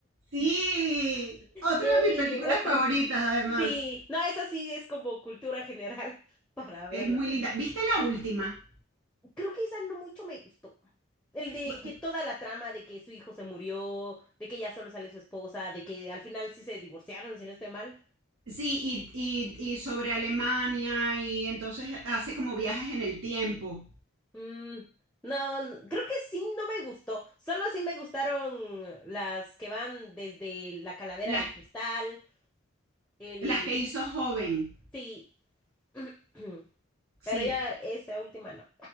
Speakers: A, on the right; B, in the centre.
A: Sí, otra
B: Yay,
A: de mis películas
B: otro.
A: favoritas, además.
B: Sí, no, eso sí es como cultura general <laughs> para verla.
A: Es muy linda. ¿Viste la última?
B: Creo que esa no mucho me gustó. El de
A: Bu-
B: que toda la trama de que su hijo se murió, de que ya solo sale su esposa, de que al final sí se divorciaron, si no estoy mal.
A: Sí, y, y- y sobre Alemania, y entonces hace como viajes en el tiempo.
B: Mm, no, no, creo que sí no me gustó. Solo sí me gustaron las que van desde la calavera
A: Las,
B: de cristal, el...
A: las que hizo joven.
B: Sí, <clears throat>
A: Sí,
B: pero ya esa última no.